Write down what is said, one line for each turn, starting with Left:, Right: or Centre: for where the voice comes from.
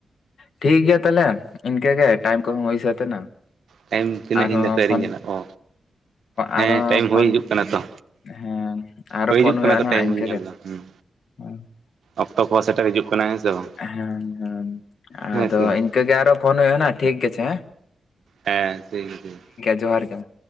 Left: ᱴᱷᱤᱠ ᱜᱮᱭᱟ ᱛᱟᱦᱚᱞᱮ ᱤᱱᱠᱟᱹ ᱜᱮ ᱴᱟᱭᱤᱢ ᱠᱚᱦᱚᱸ ᱦᱩᱭ ᱥᱟᱹᱛ ᱮᱱᱟ
Right: ᱴᱟᱭᱤᱢ ᱛᱤᱱᱟᱹᱜ
Left: ᱟᱨᱦᱚᱸ
Right: ᱤᱧ ᱫᱚ ᱦᱟᱯᱮ ᱟᱣᱨᱤ
Left: ᱯᱷᱳᱱ
Right: ᱧᱮᱞᱟ ᱚ ᱦᱮᱸ
Left: ᱟᱨᱦᱚᱸ
Right: ᱴᱟᱭᱤᱢ
Left: ᱯᱷᱳᱱ
Right: ᱦᱩᱭ ᱦᱤᱡᱩᱜ ᱠᱟᱱᱟ ᱛᱚ
Left: ᱦᱮᱸ ᱟᱨᱚ
Right: ᱦᱳᱭ
Left: ᱯᱷᱳᱱ
Right: ᱦᱤᱡᱩᱜ
Left: ᱦᱩᱭᱩᱜᱼᱟ
Right: ᱠᱟᱱᱟ ᱛᱚ ᱴᱟᱭᱤᱢ
Left: ᱦᱟᱸᱜ ᱤᱱᱠᱟᱹ
Right: ᱦᱚᱧ ᱧᱮᱞ
Left: ᱜᱮ
Right: ᱮᱫᱟ ᱦᱩᱸ
Left: <unintelligible>
Right: ᱚᱠᱛᱚ ᱠᱚᱦᱚᱸ ᱥᱮᱴᱮᱨ ᱦᱤᱡᱩᱜ ᱠᱟᱱᱟ ᱦᱮᱸ ᱥᱮ ᱵᱟᱝ
Left: ᱦᱮᱸ ᱦᱮᱸ ᱟᱫᱚ
Right: ᱦᱮᱸ ᱥᱮ ᱦᱮᱸ
Left: ᱤᱱᱠᱟᱹ
Right: ᱴᱷᱤᱠ
Left: ᱜᱮ ᱟᱨᱚ ᱯᱷᱳᱱ ᱦᱩᱭᱩᱜᱼᱟ ᱱᱟᱜ ᱴᱷᱤᱠ ᱟᱪᱷᱮ
Right: ᱦᱮᱸ ᱴᱷᱤᱠ ᱜᱮ ᱴᱷᱤᱠ
Left: ᱡᱚᱦᱟᱨ ᱜᱮ ᱢᱟ